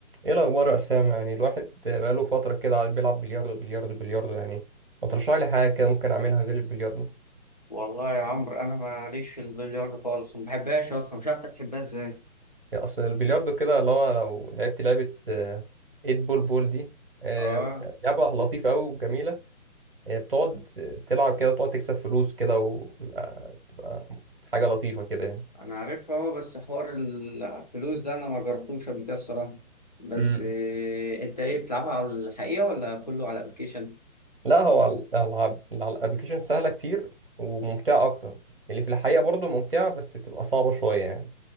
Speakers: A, on the right; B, on the left.
A: ايه الاخبار يا اسامه يعني الواحد بقاله فتره كده قاعد بيلعب بلياردو بلياردو بلياردو يعني ما ترشح لي حاجه كده ممكن اعملها غير البلياردو
B: والله يا عمرو انا ماليش في البلياردو خالص ما بحبهاش اصلا مش عارف انت بتحبها ازاي
A: يعني اصل البلياردو كده اللي هو لو لعبت لعبه 8 بول بول دي آه،
B: اه
A: لعبه لطيفه قوي وجميله آه، بتقعد تلعب كده وتقعد تكسب فلوس كده وبتبقى بتبقى حاجه لطيفه كده يعني
B: انا عارفها اهو بس حوار الفلوس ده انا ما جربتوش قبل كده الصراحه بس
A: امم
B: إيه انت ايه بتلعبها على الحقيقه ولا كله على الابلكيشن
A: لا هو على الالعاب على الابلكيشن سهله كتير وممتعه اكتر اللي في الحقيقه برضو ممتعه بس بتبقى صعبه شويه يعني